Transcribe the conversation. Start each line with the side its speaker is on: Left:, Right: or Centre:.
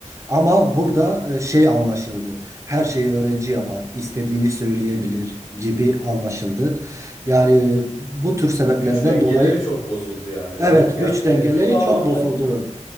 Right: Ama burada e, şey anlaşıldı. Her şeyi öğrenci yapar, istediğini söyleyebilir gibi anlaşıldı. Yani bu tür sebeplerden
Left: Güç dengeleri
Right: dolayı
Left: çok bozuldu yani.
Right: evet
Left: Evet ya
Right: güç
Left: evet
Right: dengeleri
Left: bir bağlamda
Right: çok bozuldu.